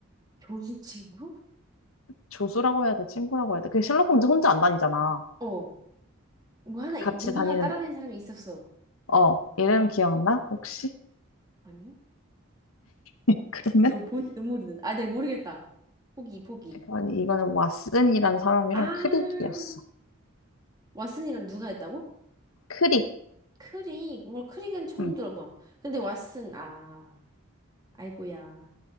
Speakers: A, on the right; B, on the left.
A: 조수 친구?
B: 조수라고 해야 돼, 친구라고 해야 돼. 그 셜록 홈즈 혼자 안 다니잖아.
A: 어, 뭐 하나,
B: 같이
A: 누구
B: 다니는,
A: 하나 따라낸 사람이 있었어.
B: 어, 이름 기억나? 혹시?
A: 아니?
B: <laughs> 그러면?
A: 넌 본지도 모르는. 아, 네, 모르겠다. 포기, 포기.
B: 아니, 이거는 왓슨이란 사람이랑
A: 아,
B: 크릭이었어.
A: 왓슨이랑 누가 했다고?
B: 크릭.
A: 크릭. 뭐 크릭은 처음
B: 응.
A: 들어봐. 근데 왓슨, 아, 아이고야.